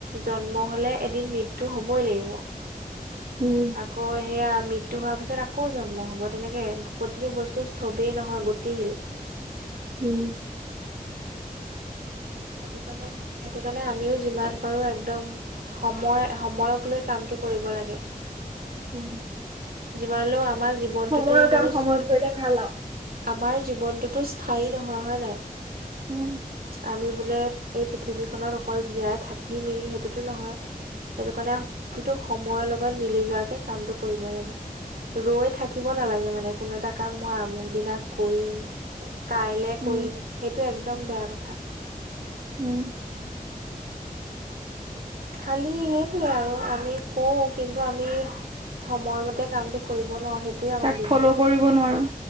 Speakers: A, on the right; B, on the right.
A: জন্ম হলে এদিন মৃত্যু হবই লাগিব
B: উম
A: আকৌ সেয়া মৃত্যু হোৱাৰ পিছত আকৌ জন্ম হ'ব তেনেকে প্ৰতিটো বস্তু স্থবিৰ নহয় গতিশীল
B: উম
A: সেইটো কাৰণে সেইটো কাৰণে আমিও যিমান বাৰু একদম সময় সময়ক লৈ কামটো কৰিব লাগে
B: উম
A: যিমান লও আমাৰ জীৱনটোতো
B: সময়ৰ
A: কোনো
B: কাম সময়ত কৰিলে ভাল আৰু।
A: আমাৰ জীৱনটোতো স্থায়ী নহয় হয় নাই
B: উম
A: আমি বোলে এই পৃথিৱীখনত অকল জীয়াই থাকিমেই সেইটোতো নহয় সেইটো কাৰণে প্ৰতিটো সময়ৰ লগত মিলি যোৱাকে কামটো কৰিব লাগে ৰৈ থাকিব নালাগে মানে। কোনো এটা কাম মই আমুক দিনা কৰিম কাইলে
B: উম
A: কৰিম সেইটো একদম বেয়া কথা
B: উম
A: খালি সেইটোৱে আৰু আমি কওঁ কিন্তু আমি সময়মতে কামটো কৰিব নোৱাৰো সেই সেইটোৱে আমাৰ
B: তাক
A: দিগদাৰ
B: ফ'ল' কৰিব নোৱাৰো।